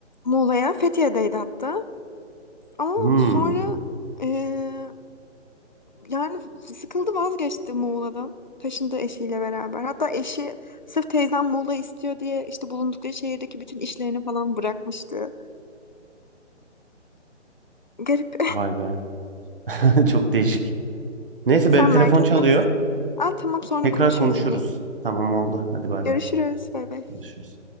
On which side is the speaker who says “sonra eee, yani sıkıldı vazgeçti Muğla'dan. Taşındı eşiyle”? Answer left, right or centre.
Left